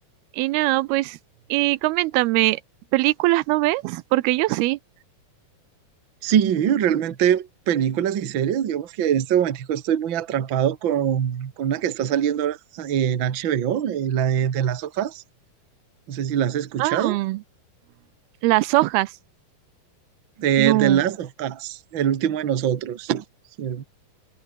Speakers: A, on the right; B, on the right.
A: y nada, pues, y coméntame, ¿películas no ves? Porque yo sí.
B: Sí, realmente películas y series, digamos que en este momentico estoy muy atrapado con, con una que está saliendo ahora en HBO, eh, la de The Last of Us, no sé si la has escuchado,
A: Ah, las hojas.
B: de
A: No.
B: The Last of Us, El último de nosotros. Sí,